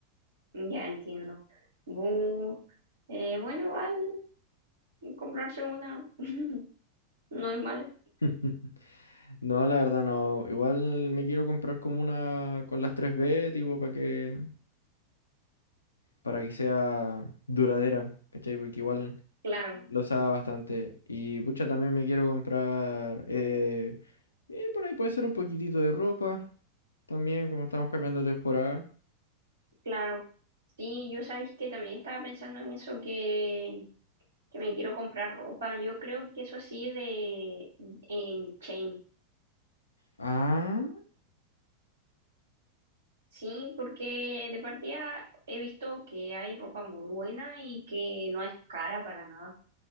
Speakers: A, on the right; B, on the left.
A: Ya entiendo. Bu. Eh, bueno, igual comprarse una <laughs> no es malo.
B: <laughs> No, la verdad no. Igual me quiero comprar como una con las tres b tipo, para que, para que sea duradera, ¿cachai? Porque igual
A: Claro,
B: lo usaba bastante. Y pucha, también me quiero comprar, eh, eh, por ahí puede ser un poquitito de ropa, también, como estamos cambiando de temporada.
A: claro. Sí, yo sabéis que también estaba pensando en eso que, que me quiero comprar ropa. Yo creo que eso sí de en Chain.
B: Ah,
A: Sí, porque de partida he visto que hay ropa muy buena y que no es cara para nada.